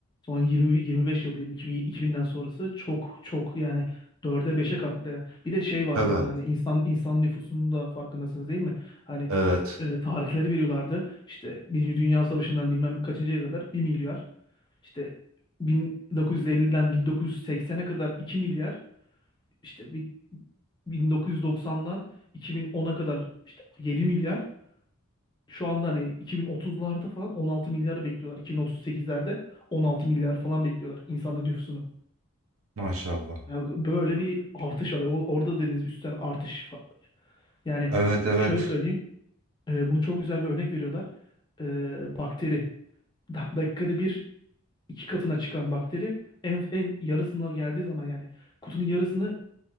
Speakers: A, on the left; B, on the right.
A: Son 20 25 yıl diyelim 2000, 2000'den sonrası çok çok yani dörde beşe katlayan. Bir de şey var
B: Evet,
A: zaten hani insan insan nüfusunun da farkındasınız değil mi? Hani
B: evet.
A: e, tarihleri veriyorlardı. İşte Birinci Dünya Savaşı'ndan bilmem kaçıncıya kadar bir milyar. İşte 1950'den 1980'e kadar 2 milyar. İşte bin- 1990'dan 2010'a kadar işte 7 milyar. Şu anda hani 2030'larda falan 16 milyarı bekliyorlar. 2038'lerde 16 milyar falan bekliyorlar insanlık nüfusunu.
B: Maşallah.
A: Yani böyle bir artış var. O- Orada dediğiniz üstel artış. fa- Yani
B: Evet, evet.
A: şöyle söyleyeyim. e, bunu çok güzel bir örnek veriyorlar. E, bakteri. Da- dakikada bir iki katına çıkan bakteri en, en yarısına geldiği zaman yani kutunun yarısını